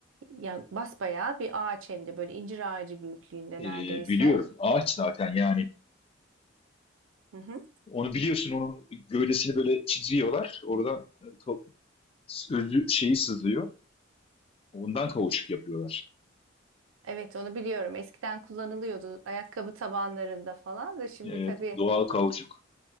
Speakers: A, on the right; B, on the left.
A: Yani basbayağı bir ağaç hem de böyle incir ağacı büyüklüğünde
B: E,
A: neredeyse.
B: biliyorum. Ağaç zaten yani
A: Hı hı.
B: Onu biliyorsun, onun gövdesini böyle çiziyorlar. Oradan e, ka- özü şeyi sızıyor. Ondan kauçuk yapıyorlar.
A: Evet onu biliyorum. Eskiden kullanılıyordu ayakkabı tabanlarında falan da şimdi
B: E,
A: tabii
B: doğal kauçuk.